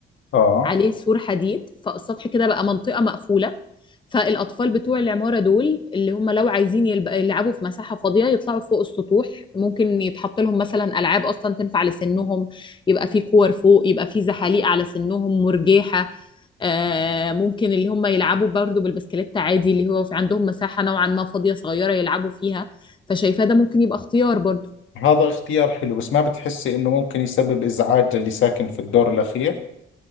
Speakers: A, on the left; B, on the left.
A: اه
B: عليه سور حديد فالسطح كده بقى منطقة مقفولة فالأطفال بتوع العمارة دول اللي هم لو عايزين يلب- يلعبوا في مساحة فاضية يطلعوا فوق السطوح ممكن يتحط لهم مثلا ألعاب أصلا تنفع لسنهم يبقى في كور فوق يبقى في زحاليق على سنهم مرجيحة آه، ممكن اللي هم يلعبوا برضو بالبسكليت عادي اللي هو في عندهم مساحة نوعا ما فاضية صغيرة يلعبوا فيها فشايفاه ده ممكن يبقى اختيار برضو
A: هذا اختيار حلو بس ما بتحسي انه ممكن يسبب ازعاج للي ساكن في الدور الاخير